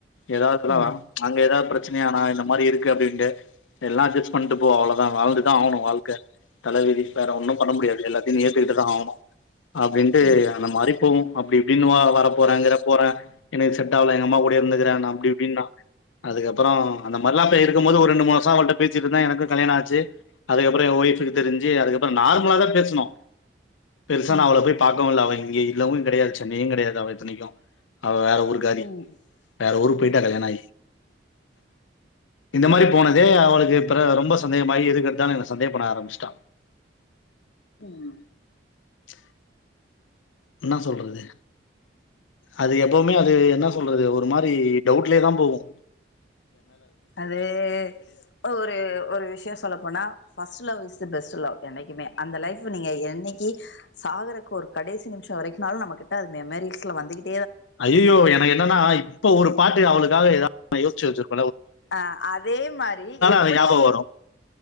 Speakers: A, on the left; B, on the left.
A: எதாதுன்னா
B: ம்
A: அங்க எதாத் பிரச்சனையானா இந்த மாரி இருக்கு அப்டின்ட்டு எல்லா அஜ்ஜெஸ்ட் பண்ட்டு போ அவ்ளோ தா வாழ்ந்து தா ஆவனு வாழ்க்க தலவிதி வேற ஒன்னு பண்ண முடியாது எல்லாத்தயு நீ ஏத்துக்கிட்டு தா ஆவனு அப்டின்ட்டு
B: ம்
A: அந்த மாரி டு அப்டி இப்டின்னுவா வரப்போற கிரப்போற எனக்கு செட்டாவ்ல எங்கம்மா கூடயே இருந்து கறனா அப்டி இப்டின்னா அதுக்கப்றோ அந்த மார்ல்லா போய் இருக் கும்போது ஒரு ரெண்டு மூனு வர்சோ அவள்ட்ட பேசிட்ருந்தே எனக்கு கல்யாணோ ஆச்சு அதுக்கப்பறோ எ ஒய்ஃபுக்கு தெரிஞ்சி அதுக்கப்பறோ நார்மலாதா பேசுனோ பெருசா
B: ம்
A: நா அவள போய் பாக்கவு இல்ல அவ இங்க இல்லவு கெடயாது சென்னையுங்கெடயாது அவ இத்தனைக்கு அவ வேற ஊர்க்காரி
B: ம்
A: வேற ஊருக்கு போய்ட்டா கல்யாணாயி
B: ம்
A: இந்த மாரி போனதே அவளுக்கு இப்பறோ ரொம்ப சந்தேகமாயி எதுக்கெட்த்தாலு என்ன சந்தேகப்பட ஆரம்மிஸ்ட்டா
B: ம்
A: ப்ச் என்ன சொல்றது அது எப்பவுமே அது என்ன சொல்றது ஒரு மாரி டவுட்லே தா போகு
B: அது ஓ ஒரு ஒரு விஷ்யோ சொல்ல போனா first love is the best love என்னைக்குமே அந்த லைஃப நீங்க என்னைக்கு சாகறக்கு ஒரு கடைசி நிம்ஷோ வரைக்னாலு நம்ம கிட்ட அது மெமரி வீட்ல வந்துகிட்
A: அய்யயோ எனக் என்னன்னா இப்ப ஒரு பாட்டு அவளுக்காக எதா ஒன்னு யோஸ்ச்சு வெச்சிரு
B: அ அதே மாரி எப்பிடி
A: அது ஞாபகம் வரும்.